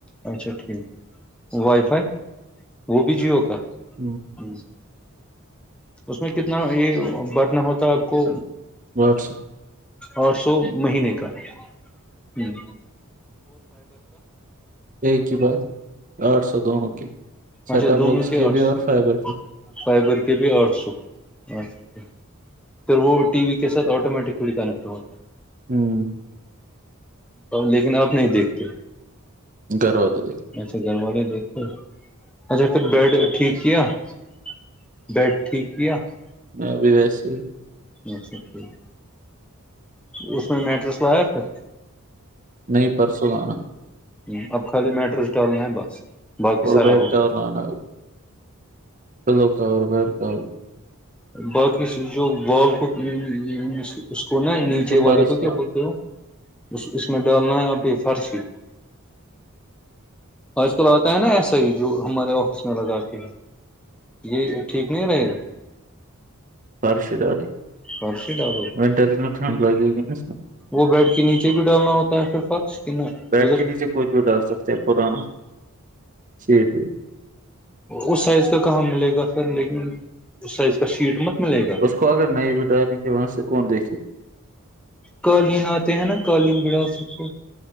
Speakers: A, in the centre; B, on the right.
A: اچھا ٹھیک وائی فائی وہ بھی جیو کا
B: ہوں <unintelligible>
A: جی <unintelligible> اس میں کتنا یہ رن ہوتا آپ کو
B: وٹس <unintelligible>
A: اور سو مہینے کا ہ
B: ایک ہی بات آٹھ سو دونوں کی <unintelligible> سیٹاپ
A: اچھا دونوں
B: باکس کے
A: آٹھ
B: بھی
A: سو
B: اور فائبر کی
A: فائبر کے بھی آٹھ سوچ <unintelligible> پھر وہ ٹی وی کے ساتھ آٹومیٹیکلی کنیکٹ ہوتا ہے
B: ہوں <unintelligible>
A: لیکن آپ نہیں دیکھتے
B: گروادے
A: اچھا گھر والے دیکھے اچھا پھر بیڈ ٹھیک کیا <unintelligible> بیڈ ٹھیک کیا <unintelligible>
B: میں ابھی ویسے ہی
A: اچھا ٹھیک <unintelligible> اس میں میٹرس لاق تھا
B: نہیں پرسوں لانا
A: ہ اب خالی میٹروزٹالنا ہے بس باقی
B: اور
A: سارا
B: بیڈ
A: ہوگا
B: کور لانا چلو کور بیڈ کور
A: بقی س جو بالکو س اس کو نا نیچے والے
B: فرش
A: کو کیا بولتے ہو اس میں ڈالنا ہے ابھی فرش ہی آج کل آتا ہے نا ایسا ہی جو ہمارے آفس میں لگا کے ہے یہ ٹھیک نہیں رہے گا
B: فرش دو نےے <unintelligible>
A: سرسی ڈلو
B: وینرھنڈ لگے گ ج <unintelligible>
A: وہ بیڈ کے نیچے بھی ڈالنا ہوتا ہے پھر فرش کہ نہ
B: بیڈ
A: ادھر
B: کے نیچے کچھ بھی ڈال سکتے ہیں پرانا جی ٹھیک
A: اس سائز کا کہاں ملے گا پھر لیکن اس سائز کا شیٹ مت ملے گا
B: اس کو اگر نہیں ڈائنگ کے وہاں سے کون دیکھے <unintelligible>
A: قالین آتے ہیں نا قالین بڑا سکتے